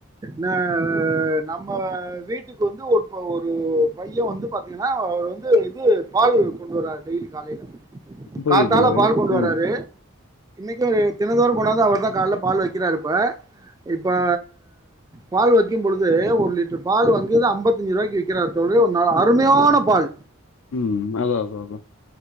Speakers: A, on the right (about 15°); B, on the left (about 70°).
A: ந நம்ம வீட்டுக்கு வந்து ஒரு ஒரு பைய வந்து பாத்தீங்கன்னா அவர் வந்து இது பால் கொண்டு வராரு டெய்லி காலைல
B: புரியுது
A: காத்தால
B: தோழரே
A: பால் கொண்டு
B: ம்
A: வராரு. இல்லணே தினந்தோறு கொண்டாந்து அவர்தா கால்ல பால் வைக்கிறாரு ப்ப இப்ப பால் வைக்கும்பொழுது ஒரு லிட்டர் பால் வாங்குது அம்பத்தஞ்சு ரூபாய்க்கு விக்கிறாரு தோ <unintelligible> அருமையான பால்
B: ம் அதா அதா அதா